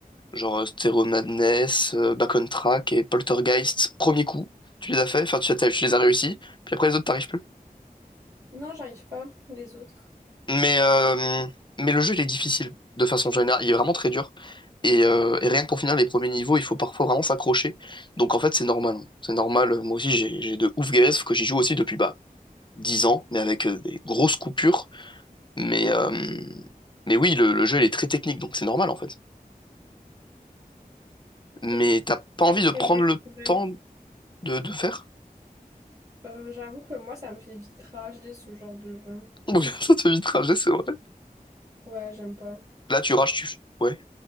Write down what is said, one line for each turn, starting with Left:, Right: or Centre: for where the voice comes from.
Left: Genre euh, Stereo Madness, euh, Back on Track et Poltergeist, premier coup, tu les as fait, enfin tu, t'as- tu les as réussi, puis après les autres t'arrives plus.
Right: Non, j'arrive pas, les autres.
Left: Mais, euh, mais le jeu il est difficile de façon générale, il est vraiment très dur. Et, euh, et rien que pour finir les premiers niveaux, il faut parfois vraiment s'accrocher. Donc en fait c'est normal, hein. c'est normal. Moi aussi j'ai j'ai de ouf galères, sauf que j'y joue aussi depuis bah, 10 ans, mais avec euh, des grosses coupures. Mais, euh, mais oui, le, le jeu il est très technique, donc c'est normal en fait. Mais
Right: Ok.
Left: t'as pas envie
Right: Ouais,
Left: de
Right: C'est
Left: prendre
Right: moi
Left: le
Right: le problème.
Left: temps de, de faire?
Right: Euh, j'avoue que moi, ça me fait vite rager ce genre de jeu.
Left: Bon, <laughs> ça te vit trajet, c'est vrai.
Right: Ouais, j'aime pas.
Left: Là, tu rages, tu... Ouais.